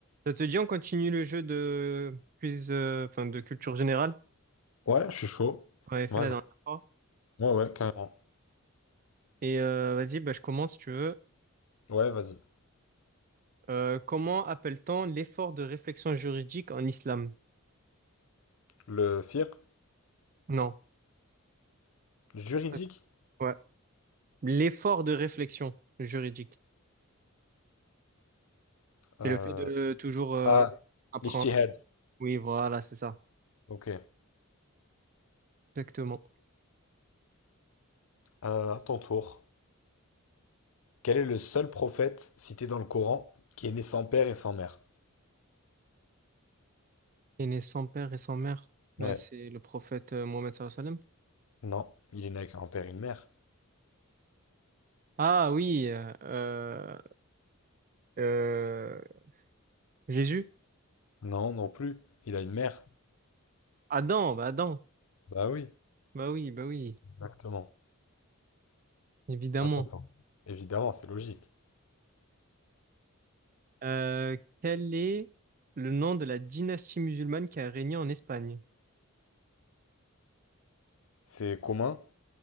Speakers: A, on the right (about 40°); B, on the left (about 70°).
A: Ça te dit, on continue le jeu de quiz, euh, enfin de culture générale
B: Ouais, je suis chaud.
A: qu'on avait fait
B: Vas-y.
A: la dernière fois.
B: Ouais, ouais, carrément.
A: Et euh, vas-y, bah, je commence si tu veux.
B: Ouais, vas-y.
A: Euh, comment appelle-t-on l'effort de réflexion juridique en islam?
B: Le fiqh
A: Non.
B: juridique.
A: Ça, c'est- Ouais. L'effort de réflexion juridique.
B: Euh...
A: C'est le fait de toujours euh,
B: Ah,
A: apprendre.
B: l'ijtihad.
A: Oui, voilà, c'est ça.
B: Ok.
A: Exactement.
B: Euh, à ton tour. Quel est le seul prophète cité dans le Coran qui est né sans père et sans mère?
A: Et né sans père et sans mère. Bah,
B: Ouais.
A: c'est le prophète euh, Mohammed sallallahu alayhi wa sallam.
B: Non, il est né avec un père et une mère.
A: Ah oui, euh, euh, euh, Jésus.
B: Non, non plus. Il a une mère.
A: Adam, bah, Adam.
B: Bah oui,
A: Bah oui, bah oui,
B: exactement.
A: évidemment.
B: À ton tour. Évidemment, c'est logique.
A: Euh, quel est le nom de la dynastie musulmane qui a régné en Espagne?
B: C'est commun.